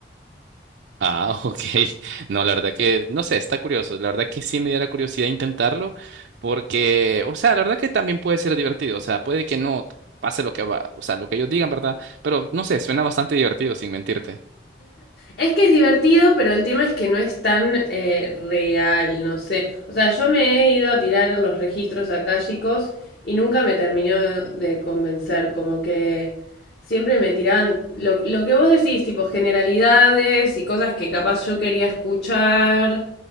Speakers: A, on the right; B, on the left.
A: Ah, <laughs> ok. No, la verdad que, no sé, está curioso. La verdad que sí me diera curiosidad intentarlo, porque, o sea, la verdad que también puede ser divertido, o sea, puede que no pase lo que va, o sea, lo que ellos digan, ¿verdad? Pero no sé, suena bastante divertido, sin mentirte.
B: Es que es divertido, pero el tema es que no es tan eh, real, no sé. O sea, yo me he ido a tirar los registros akáshicos y nunca me terminó de convencer, como que siempre me tiraban lo, lo que vos decís, tipo generalidades y cosas que capaz yo quería escuchar.